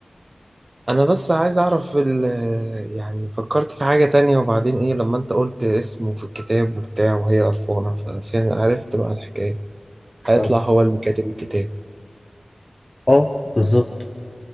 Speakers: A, on the right (about 45°); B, on the left (about 25°).
A: أنا بس عايز أعرف ال يعني فكرت في حاجة تانية وبعدين إيه لما أنت قلت اسمه في الكتاب وبتاع وهي قرفانة ف- فعرفت بقى الحكاية هيطلع
B: طب
A: هو اللي كاتب الكتاب
B: اه بالظبط